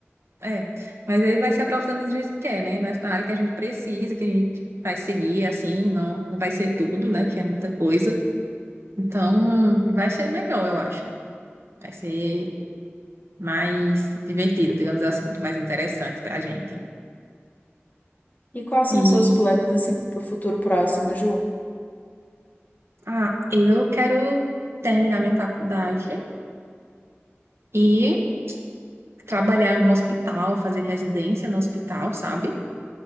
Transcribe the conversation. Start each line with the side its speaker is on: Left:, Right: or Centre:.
Right: É, mas aí vai se aprofundando do jeito que quer, né? Mas Na área que a gente precisa, que a gente vai seguir, assim, não, não vai ser tudo, né? Que é muita coisa. Então, vai ser melhor, eu acho. Vai ser. mais divertido, digamos assim, muito mais interessante para a gente.
Left: E quais são
Right: E
Left: os seus planos assim pro futuro próximo, Ju?
Right: ah, eu quero terminar minha faculdade e trabalhar em algum hospital, fazer residência no hospital, sabe?